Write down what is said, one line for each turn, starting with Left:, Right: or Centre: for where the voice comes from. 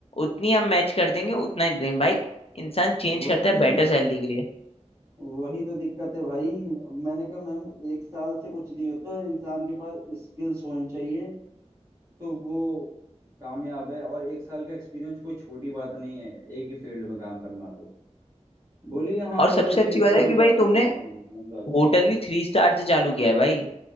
Left: उतनी हम मैच कर देंगे उतना ही देंगे भाई इंसान चेंज
Right: वही
Left: करता है बेटर सैलरी के लिए
Right: वही तो दिक्कत है भाई मैंने कहा मैम एक साल से कुछ नहीं होता इंसान के पास स्किल्स होनी चाहिए तो वो कामयाब है और एक साल का एक्सपीरियंस कोई छोटी बात नहीं है एक ही फील्ड में काम करना तो बोली हाँ
Left: और सबसे
Right: बट
Left: अच्छी
Right: एक
Left: बात
Right: साल
Left: है कि
Right: का
Left: भाई
Right: ऐसा
Left: तुमने
Right: ऐसा नहीं होगा मैंने कहा अच्छा
Left: होटल
Right: ठीक
Left: भी थ्री स्टार से चालू किया है भाई